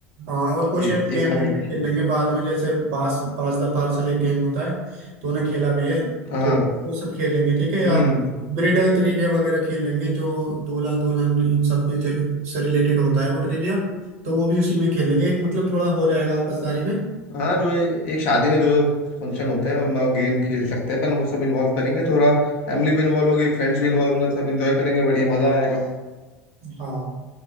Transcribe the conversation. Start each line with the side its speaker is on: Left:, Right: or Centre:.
Right: हाँ और कुछ
Left: ये
Right: एक गेम
Left: एक काम
Right: वेम
Left: ये कर
Right: भी खेल
Left: लेंगे
Right: लेंगे बाद में जैसे पास पास द पार्सल एक गेम होता है तो उन्हें खेला भी है तो
Left: हाँ हाँ
Right: वो सब खेल लेंगे ठीक है या
Left: हम्म
Right: ब्रिडल ट्रिविया वगैरह खेल लेंगे जो दूल्हा दुल्हन इन सब के ज- से रिलेटेड होता है वो ट्रिविया तो वो भी उसी में खेल लेंगे एक मतलब थोड़ा हो जाएगा आपसदारी में
Left: हाँ जो ए- एक शादी में जो फंक्शन होते हैं वो गेम खेल सकते हैं अपन वो सब इन्वॉल्व करेंगे थोड़ा फैमिली भी इन्वॉल्व होगी फ्रेंड्स भी इन्वॉल्व होंगे सब इन्जॉय करेंगे बढ़िया मजा आएगा
Right: हाँ